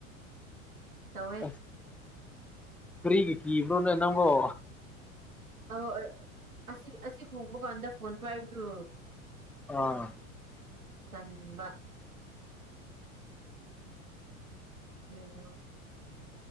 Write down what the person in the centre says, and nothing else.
ꯑꯁ ꯀꯔꯤꯒꯤ ꯀꯤꯕ꯭ꯔꯣꯅꯦ ꯅꯪꯕꯣ꯫ <unintelligible>
ꯑꯥ꯫